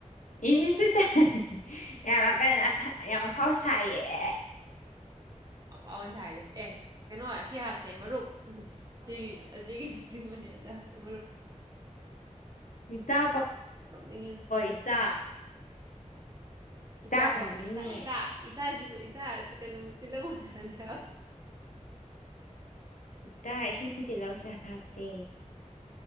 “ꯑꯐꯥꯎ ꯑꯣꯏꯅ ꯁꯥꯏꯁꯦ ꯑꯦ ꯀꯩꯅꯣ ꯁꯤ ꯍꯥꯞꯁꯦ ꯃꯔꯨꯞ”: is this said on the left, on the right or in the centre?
Right